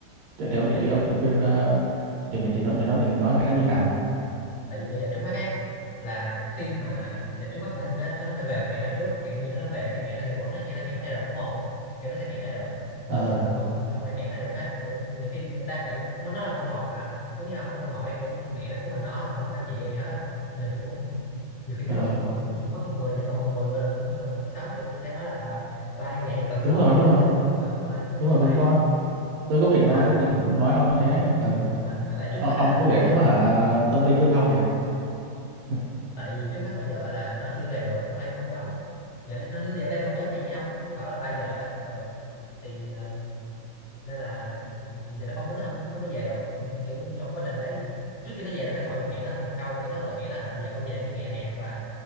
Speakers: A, on the right (about 85°); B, on the left (about 65°).
A: thì, thì ông định
B: tại vì
A: thì ông định khuyên ờ, thì mình thì nó, thì nó định nói mẹ nó như thế nào
B: tại vì bây giờ trước mắt ấy là khi mà giờ trước mắt nó nó nó phải về với mẹ nó trước kiểu như nó về khi mẹ nó nghỉ quẩn này kia nó cản lại được đúng không kiểu nó sẽ cản lại được còn
A: ờ
B: bây giờ không không ai cản lại được hết kiểu nhiều khi người ta lại muốn nó là con một mà lúc với nhau mà nó con một ấy kiểu mẹ nó của mình nó mà không có anh chị em gì hết á nên là kiểu nhiều khi nếu
A: ờ
B: mà mất mất một người vẫn còn một người gọi là cũng vẫn còn nó sống kiểu thấy nói là à, ba như vậy thì còn
A: đúng
B: con
A: rồi
B: nè
A: đúng rồi
B: ờ ờ, đúng rồi kiểu
A: đúng
B: kiểu
A: rồi
B: vậy
A: con con tôi cũng định nói
B: mà
A: tôi cũng
B: ờ
A: định nói ông như thế ừ.
B: ừ, mà mà tại trước
A: Ô-
B: mắt
A: ông
B: á là
A: có
B: bây
A: vẻ
B: giờ nó
A: cũng hả tâm linh tương thông nhỉ Ừ,
B: tại vì trước mắt bây giờ là nó chưa về được nó phải phỏng vấn giờ nó, nó giờ đang phỏng vấn hay gì không nó bảo là 3 giờ ấy ừ. thì à, nên là ừ, giờ nó phỏng vấn xong nó mới về được Ừ, kiểu như trong quá trình đấy trước khi nó về nó phải gọi với mẹ nó một câu kiểu nó gọi mẹ nó à, giờ con về với mẹ nè hoặc là